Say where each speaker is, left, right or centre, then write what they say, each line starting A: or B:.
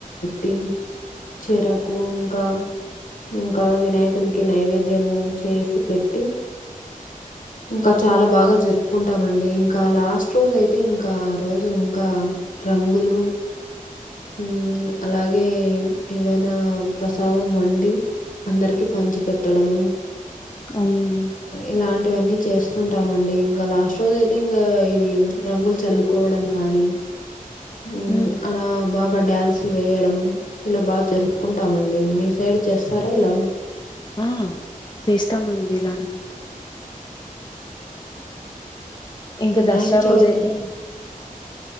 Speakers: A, on the left; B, on the left.
A: టి చెరకు ఇంకా ఇంకా వినాయకునికి నైవేద్యము చేసి పెట్టి ఇంక చాలా బాగా జరుపుకుంటామండి ఇంకా లాస్ట్ రోజైతే ఇంకా ఆ రోజు ఇంకా రంగులు ఉమ్ అలాగే ఏవైనా ప్రసాదం వండి అందరికి పంచి పెట్టడము
B: అవునండి
A: ఇలాంటివన్నీ చేస్తుంటామండి ఇంకా లాస్ట్ రోజు అయితే ఇంగా ఇవి రంగుల్ చల్లు కొడం గానీ ఉ
B: ఉమ్
A: అలా ఆ బాగా డ్యాన్సులు వేయడం ఇలా బాగా జరుప్కుంటామండి మీ సైడ్ చేస్తారా ఇలా
B: ఆ చేస్తామండి ఇలా అని ఇంకా
A: వినాయక
B: దసరా
A: చవితి
B: రోజ అయితే